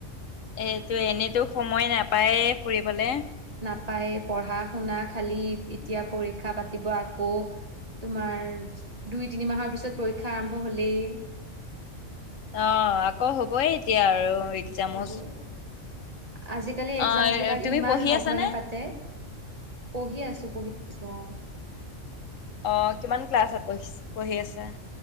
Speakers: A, on the left; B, on the right.
A: এইটো এনেতো সময় নাপায়ে ফুৰিবলে।
B: নাপায়ে পঢ়া শুনা খালী এতিয়া পৰীক্ষা পাতিব আকৌ। তোমাৰ দুই তিনিমাহৰ পিছত পৰীক্ষা আৰম্ভ হ'লেই।
A: অ আকৌ হবই এতিয়া আৰু এক্সামো।
B: হ'বয়ে, আজি, আজিকালি এক্সাম
A: অ'
B: বিলাক
A: তুমি
B: ইমান
A: পঢ়ি
B: সঘনে
A: আছানে?
B: পাতে পঢ়ি আছো পঢ়ি আছো অ।
A: অঁ কিমান ক্লাছত পঢ়ি পঢ়ি আছা?